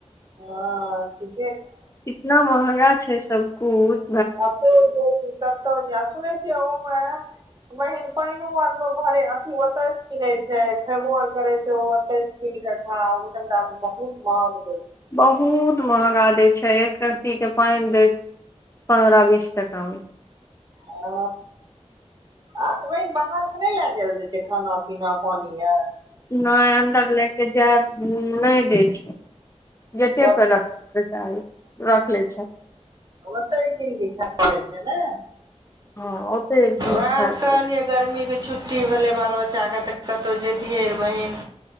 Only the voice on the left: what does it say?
इतना महगा छै सबकिछु
बहुत महँगा दै छै एक कतीके पानि दैत पन्द्रह बीस टाकामे
न अन्न्दार ले जा नहि दै छै गेटे
पे रखके चाही रख ले छै
हँ ओते खाय
पड़ै
छै